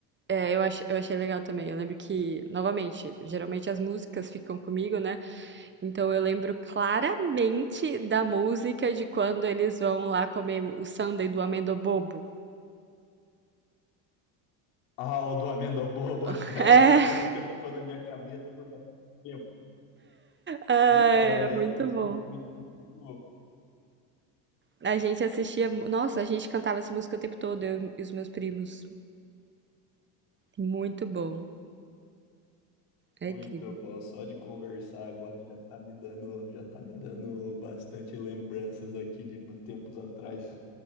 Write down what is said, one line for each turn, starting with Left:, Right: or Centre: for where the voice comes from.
Right: É, eu, ach- eu achei legal também. Eu lembro que, novamente, geralmente as músicas ficam comigo, né? Então eu lembro claramente da música de quando eles vão lá comer o sundae do amendo bobo.
Left: Aldo Amenda Bobo,
Right: <laughs>
Left: <laughs> essa música ficou na minha cabeça por bastante tempo.
Right: É,
Left: Que, eh,
Right: é muito
Left: essa musiquinha
Right: bom.
Left: é muito,
Right: A gente assistia. Nossa, a gente cantava essa música o tempo todo, eu e os meus primos. Muito bom. É
Left: muito
Right: incrível.
Left: bom. Só de conversar agora já tá me dando, já tá me dando bastante lembranças aqui de b- tempos atrás.